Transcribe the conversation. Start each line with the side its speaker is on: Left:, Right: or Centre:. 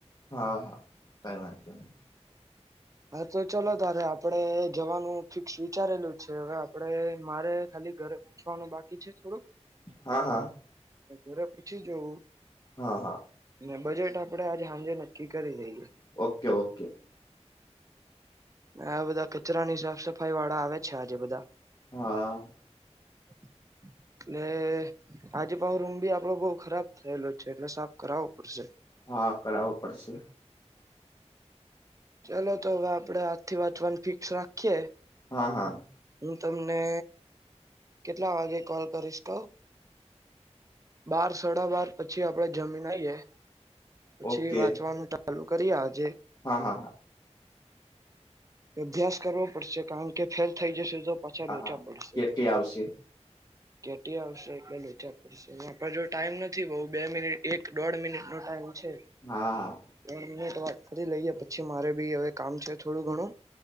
Left: હા, હા, કંઈ વાંધો નહીં.
Right: હા, તો ચલો, તારે આપડે જવાનું ફિક્સ વિચારેલું છે. હવે આપડે મારે ખાલી ઘરે પૂછવાનું બાકી છે, થોડું
Left: હા, હા.
Right: ઘરે પૂછી જવું.
Left: હા, હા.
Right: અને બજેટ આપણે આજે હાંજે નક્કી કરી દઈએ.
Left: Okay, okay.
Right: આ બધા કચરાની સાફ-સફાઈ વાળા આવે છે આજે બધા.
Left: હા.
Right: એટલે આજે પાહો રૂમ ભી આપડો બહુ ખરાબ થયેલો છે, એટલે સાફ કરાવવો પડશે.
Left: હા, કરાવો પડશે.
Right: ચાલો, તો હવે આપડે આજથી વાંચવાનું ફિક્સ રાખીએ.
Left: હા, હા.
Right: હું તમને કેટલા વાગે કોલ કરીશ? તો બાર-સાડા બાર પછી આપડે જમીને આઈએ. પછી
Left: ઓકે
Right: વાંચવાનું ટ ચાલું કરી આજ.
Left: હા, હા, હા.
Right: અભ્યાસ કરવો પડશે, કારણ કે ફેલ થઈ જશે. તો પાછા
Left: હા
Right: લોચા
Left: હા
Right: પડશે.
Left: કેટલી આવશે
Right: કેટલી આવશે? એટલે લોચા પડશે, જો ટાઈમ નથી. બઉુ બે મિનિટ, એક દોઢ મિનિટ નો ટાઈમ. છે
Left: હા હા
Right: <unintelligible> વાત. ફરી લઈએ, પછી મારે બી હવે કામ છે થોડું ઘણું.